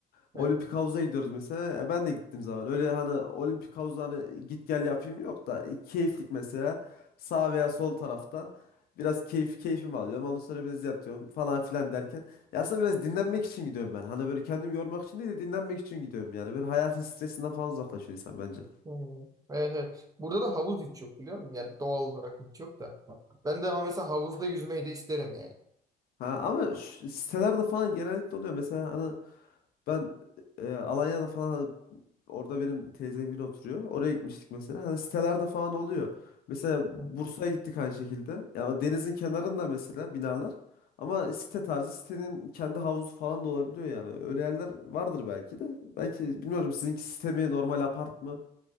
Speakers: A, on the left; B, on the right.
A: Olimpik
B: Evet.
A: havuza gidiyoruz mesela. Ya ben de gittiğim zaman öyle hani olimpik havuza hani git gel yapayım yok da e, keyiflik mesela sağ veya sol tarafta biraz keyif keyfimi alıyorum. Ondan sonra biraz yatıyorum falan filan derken. Ya aslında biraz dinlenmek için gidiyorum ben. Hani böyle kendimi yormak için değil de dinlenmek için gidiyorum yani. Böyle hayatın stresinden falan uzaklaşıyor insan bence.
B: Hı. Evet evet. Burada da havuz hiç yok biliyor musun? Yani doğal olarak hiç yok da. Ben de ama mesela havuzda yüzmeyi de isterim yani.
A: Ha, ama şu sitelerde falan genellikle oluyor. Mesela hani ben e, Alanya'da falan Orada benim teyzemgil oturuyor. Oraya gitmiştik mesela. Hani sitelerde falan oluyor. Mesela Bursa'ya
B: Hı.
A: gittik aynı şekilde. Ya o denizin kenarında mesela binalar. Ama site tarzı sitenin kendi havuzu falan da olabiliyor yani. Öyle yerler vardır belki de. Belki bilmiyorum sizinki site mi normal apart mı?